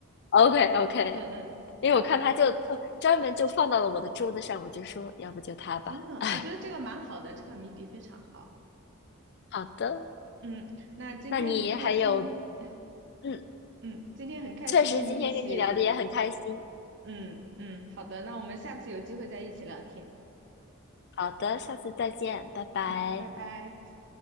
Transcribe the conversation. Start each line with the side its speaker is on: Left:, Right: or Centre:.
Left: OK OK，
Right: 嗯嗯，
Left: 因为我看他就就专门就放到了我的桌子上，
Right: 好的。
Left: 我就说要不就它吧。
Right: 嗯，
Left: <laughs> 哎，
Right: 我觉得这个蛮好的，这个谜底非常好。
Left: 好的。
Right: 嗯，那今天很开心。
Left: 那你还有，嗯，
Right: 嗯，今天很开心跟你一起。
Left: 确实今天跟你聊的也很开心。
Right: 嗯嗯，好的，那我们下次有机会再一起聊天。
Left: 好的，下次再见，拜拜。
Right: 嗯，拜拜。